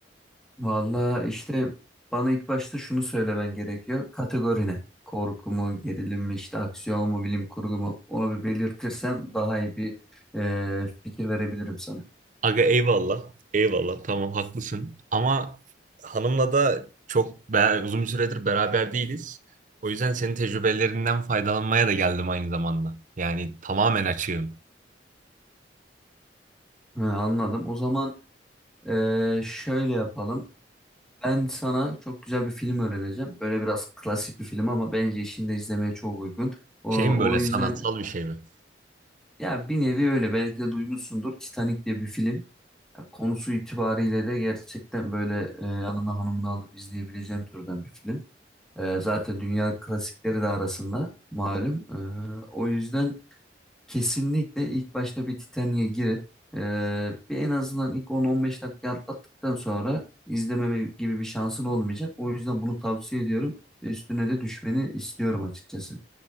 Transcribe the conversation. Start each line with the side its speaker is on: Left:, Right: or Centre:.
Centre: Vallahi işte bana ilk başta şunu söylemen gerekiyor kategori ne? Korku mu gerilim mi işte aksiyon mu bilim kurgu mu onu bir belirtirsen daha iyi bir e, fikir verebilirim sana.
Right: Aga eyvallah, eyvallah. Tamam haklısın. Ama hanımla da çok be- uzun bir süredir beraber değiliz. O yüzden senin tecrübelerinden faydalanmaya da geldim aynı zamanda. Yani tamamen açığım.
Centre: He, anladım o zaman e, şöyle yapalım ben sana çok güzel bir film öğreneceğim böyle biraz klasik bir film ama bence işinde izlemeye çok uygun. O,
Right: Şey mi böyle
Centre: o yüzden
Right: sanatsal bir şey mi?
Centre: ya bir nevi öyle belki de duymuşsundur Titanic diye bir film. Ya Konusu itibariyle de gerçekten böyle e, yanına hanımını alıp izleyebileceğin türden bir film. E, zaten dünya klasikleri de arasında malum. E, o yüzden kesinlikle ilk başta bir Titanic'e girip e, bir en azından ilk 10-15 dakika atlattıktan sonra izlememe gibi bir şansın olmayacak. O yüzden bunu tavsiye ediyorum ve üstüne de düşmeni istiyorum açıkçası.